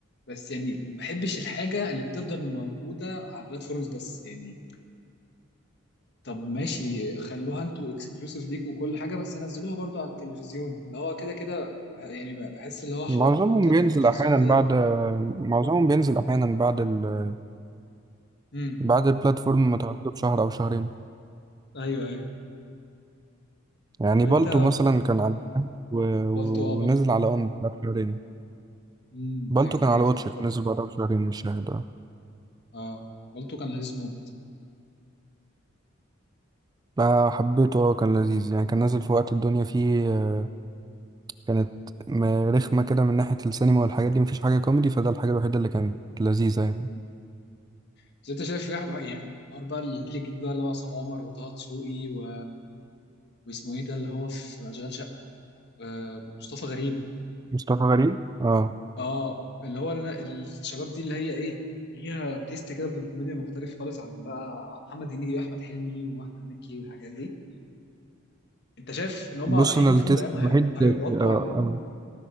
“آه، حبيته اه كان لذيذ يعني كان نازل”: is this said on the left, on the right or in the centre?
Right